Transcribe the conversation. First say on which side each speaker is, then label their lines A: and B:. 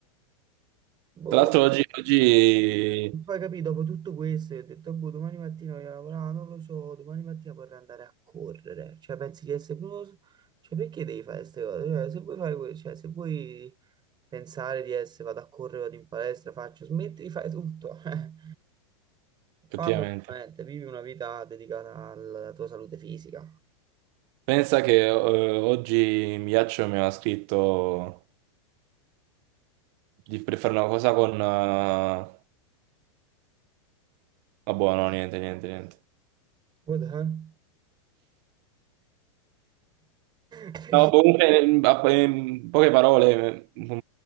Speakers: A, on the right; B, on the right.
A: Boh,
B: Tra l'altro oggi, oggi...
A: Poi capì, dopo tutto questo, io ho detto, boh, domani mattina voglio lavorare, non lo so, domani mattina vorrei andare a correre. Cioè, pensi di essere proprio... Cioè, perché devi fare queste cose? Cioè, se vuoi fare que- cioè, se vuoi pensare di essere, vado a correre, vado in palestra, faccio, smetti di fare tutto. <laughs> eh. Fallo
B: Effettivamente.
A: veramente, vivi una vita dedicata alla tua salute fisica.
B: Pensa che eh, oggi Miaccio mi aveva scritto... Di per fare una cosa con... eh, Vabbè, no, niente, niente, niente.
A: What the hell? <laughs> Perché
B: No, comunque, in, a- in poche parole, ehm,